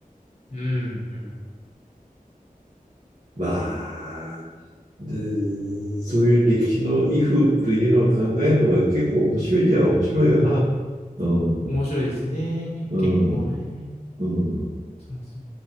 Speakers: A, on the left; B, on the right.
A: うん、うん。
B: まあ。で、そういう歴史の癒風というのを考えるのは結構面白い手は面白いわな。うん、
A: 面白いですね。
B: うん、
A: 結構ね。
B: うん。
A: そうなんですよ。